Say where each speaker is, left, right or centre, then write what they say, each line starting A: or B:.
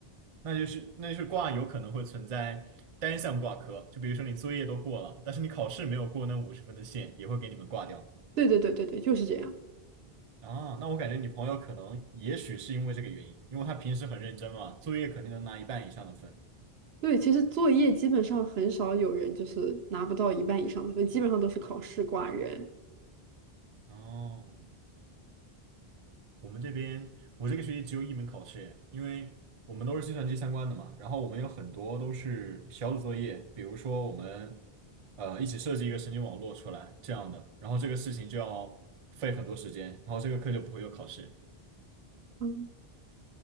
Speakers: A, on the right; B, on the right.
A: 那就是那就是挂有可能会存在单项挂科，就比如说你作业都过了，但是你考试没有过那五十分的线，也会给你们挂掉。
B: 对对对对对，就是这样。
A: 啊，那我感觉你朋友可能也许是因为这个原因，因为他平时很认真嘛，作业肯定能拿一半以上的分。
B: 对，其实作业基本上很少有人就是拿不到一半以上的分，基本上都是考试挂人。
A: 哦，我们这边我这个学期只有一门考试耶，因为我们都是计算机相关的嘛，然后我们有很多都是小组作业，比如说我们呃一起设计一个神经网络出来这样的，然后这个事情就要费很多时间，然后这个课就不会有考试，
B: 嗯，